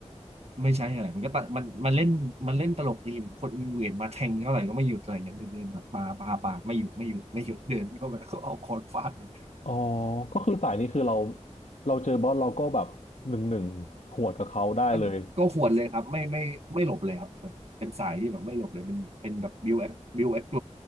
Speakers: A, on the right; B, on the left.
A: ไม่ใช่อะไร มันก็ตะมันมันเล่นมันเล่นตลกดีคนเหวียนมาแทงเท่าไหร่ก็ไม่หยุดอะไรเงี้ยเดินเดินปาปาปากไม่หยุดไม่หยุดไม่หยุดเดินเข้าไปแล้วก็เอาค้อนฟาดมัน
B: อ๋อก็คือสายนี้คือเราเราเจอบอสเราก็แบบหนึ่งหนึ่งหวดกับเขาได้เลย
A: ก็ก็หวนเลยครับไม่ไม่ไม่หลบเลยครับแบบเป็นสายที่แบบไม่หลบเลยเป็นเป็นแบบบิวเอ็กบิวเอ็กโก